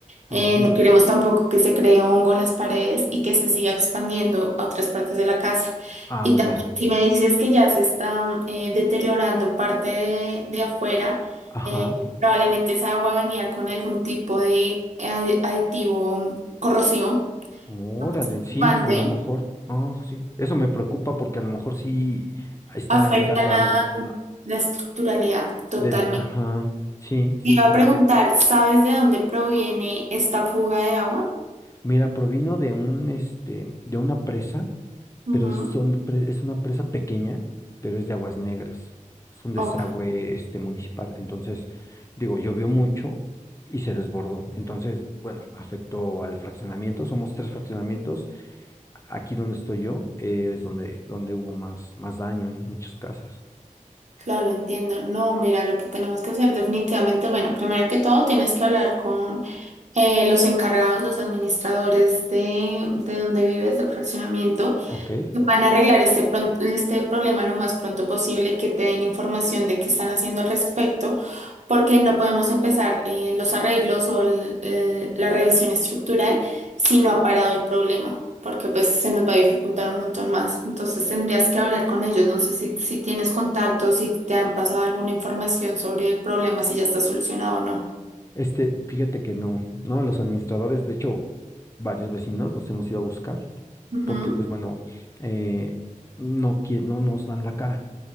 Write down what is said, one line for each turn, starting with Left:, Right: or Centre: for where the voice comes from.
Left: ah,
Right: Eh,
Left: mu-
Right: no queremos tampoco que se cree hongo en las paredes y que se siga expandiendo a otras partes de la casa.
Left: ah,
Right: Y
Left: muy
Right: Claro.
Left: bien,
Right: también, si me dices que ya se está eh, deteriorando parte de, de afuera,
Left: ajá,
Right: eh, probablemente esa agua venía con algún tipo de adi- aditivo corrosivo,
Left: órale,
Right: lo que es preocupante,
Left: sí, a lo mejor, ah, sí, eso me preocupa porque a lo mejor sí están
Right: afecta
Left: aventando
Right: la,
Left: algo ah,
Right: la estructuralidad totalmente.
Left: de la, ajá, sí, sí,
Right: Te iba
Left: sí,
Right: a preguntar,
Left: sí.
Right: ¿sabes de dónde proviene esta fuga de agua?
Left: Mira, provino de un, este, de una presa pero
Right: Ujú.
Left: son, pre- es una presa pequeña, pero es de aguas negras. Es un desagüe
Right: Ok.
Left: este, municipal. Entonces, digo, llovió mucho y se desbordó. Entonces, bueno, afectó al fraccionamiento. Somos tres fraccionamientos. Aquí donde estoy yo, eh, es donde, donde hubo más, más daño en muchas casas.
Right: Claro, entiendo. No, mira, lo que tenemos que hacer definitivamente, bueno, primero que todo tienes que hablar con eh, los encargados, los administradores de, de donde vives, del fraccionamiento.
Left: Ok.
Right: Van a arreglar este, pron- este problema lo más pronto posible, que te den información de qué están haciendo al respecto porque no podemos empezar eh, los arreglos o el- el- la revisión estructural si no ha parado el problema, porque pues se nos va a dificultar un montón más. Entonces tendrías que hablar con ellos, no sé si, si tienes contactos, si te han pasado alguna información sobre el problema, si ya está solucionado o no.
Left: Este, fíjate que no, no, los administradores, de hecho, varios vecinos los hemos ido a buscar,
Right: Ujú.
Left: porque pues bueno, eh, no, quie- no nos dan la cara.